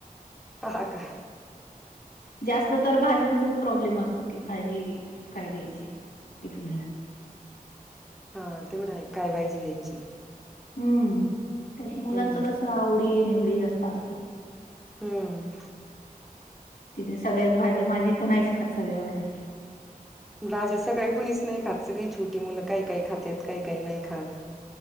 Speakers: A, in the centre; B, on the left (about 80°).
A: हा का?
B: जास्त तर भाज्यांचाच प्रॉब्लेम असतो की भाजी काय देई ची टिफिनला
A: ह तेवढं काय भाजी द्यायची?
B: हम्म त्यात मुलांचं
A: हम्म
B: कस आवडी निवडी जास्त असतात.
A: हम्म.
B: तिकडे सगळ्याच भाज्या माझी तर नाहीच खात सगळ्या भाज्या
A: बाज असं काही कुणीच नाही खात सगळी छोटी मुलं काय काय खातात काय काही नाही खात